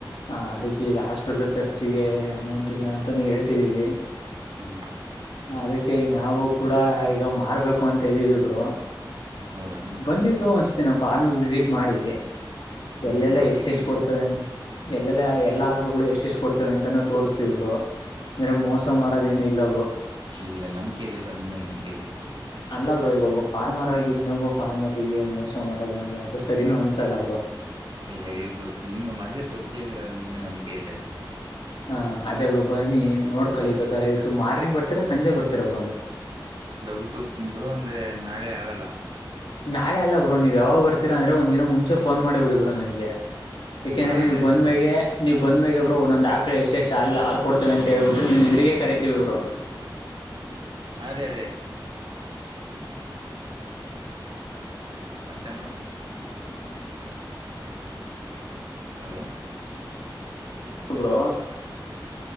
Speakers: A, on the left; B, on the right.
A: ಹ ಅದಕ್ಕೆ ಈಗ ಹಾಸ್ಪಿಟ್ಲ್ ಖರ್ಚಿಗೆ ಅಮೌಂಟ್ ಇಲ್ಲ ಅಂತಾನ ಹೇಳ್ತಿದೀವಿ
B: <inaudible>
A: ಅದಕ್ಕೆ ಈ ನಾವು ಕೂಡ ಈಗ ಮಾರ್ಬೇಕು ಅಂತ ಇದ್ದಿವವಿ ಬ್ರೋ
B: ಹೌದಾ
A: ಬಂದಿಬ್ರು ಒಂದ್ಸತಿ ನಮ್ಮ ಫಾರ್ಮಗೆ ವಿಸಿಟ್ ಮಾಡಿ
B: ಹ್ಮ್
A: ಎಲ್ಲೆಲ್ಲಾ
B: ಬರ್ತೀನಿ
A: ಎಷ್ಟು ಎಷ್ಟು ಕೊಡ್ತದೆ ಎಲ್ಲೆಲ್ಲಾ ಎಲ್ಲಾ ಆಕಳುಗಳು ಎಷ್ಟ್ ಎಷ್ಟು ಕೊಡ್ತವೆ ಅಂತಾನೂ ತೋರ್ಸ್ತವಿಬ್ರೋ ಇದರಾಗ್ ಮೋಸ
B: ಓಕೆ.
A: ಮಾಡದ ಏನು ಇಲ್ಲವರು
B: ಇಲ್ಲ ನಂಬಿಕೆ ಇದೆ ಬ್ರೋ ನಿಮ್ಮ ಮೇಲೆ ನಂಬಿಕೆ ಇದೆ ಹೇಳಿ
A: ಅಲ್ಲ ಬ್ರೋ ಈವಗ ಒಬ್ಬ ಫಾರ್ಮರ್ ಾಗಿ ಇನ್ನೊಬ್ಬ ಫಾರ್ಮರ್ರಿಗೆ ಮೋಸ ಮಾಡೋದು ಅಂದ್ರೆ ಅದು ಸರಿನೂ ಅನ್ಸಲ್ಲ ಅವ್ರು
B: ಇಲ್ಲ ಈಗ ಗೊತ್ತು ನಿಮ್ಮ ಮೊದ್ೇ ಪರಿಚಯ ಇದೀರ ನಿಮ್ಮೇಲ್ ನಂಬಿಕೆ ಇದಲ್ಲಿ
A: ಹಾ ಅದೇ ಬ್ರೋ ಬನ್ನಿ ನೋಡ್ ಕಳಿಬೇಕಾದ್ರ ಈಗ ಸ ಮಾರ್ನಿಂಗ್ ಬರ್ತೀರ ಸಂಜೆ ಬರ್ತರ ಒಬ್ರು
B: ದೌಡ್ಟ್ಟು ಬ್ರೋ ಅಂದ್ರೆ ನಾಳೆ ಆಗಲ್ಲ
A: ನಾಳೆ ಅಲ್ಲ ಬ್ರೋ ನೀವು ಯಾವಾಗ ಬರ್ತೀರಾ ಅಂದ್ರೆ ಒಂದ ದಿನ ಮುಂಚೆ ಫೋನ್ ಮಾಡಿಬ ಬಿಡಿ ಬ್ರೋ ನನಗೆ ಯಾಕೆಂದ್ರೆ
B: ಹಾ
A: ನೀವು್
B: ಅದೇ ಅದೇ
A: ಬಂದ್ಮ್ಯೆ
B: ಬ್ರೋ
A: ನೀವು ಬಂದ ಮೇಾಗ ಬ್ರೋ ಒಂದೊಂದು ಆಾಳಡೆ ಎಷ್ಟು ಹಾ ಹಾಲು ಕೊಡ್ತವೆ ಅಂತ ಹೇಳ್ಬಿಟ್ಟು ನೀವು ಇದ್ರರಿಗೆ ಕರಿತೀವಿ ಇರು <inaudible>
B: ಅದೇ ಅದೇ ಮತ್ತೆನಾ ಬ್ರೋ ಹಲೋ
A: ಬ್ರೋ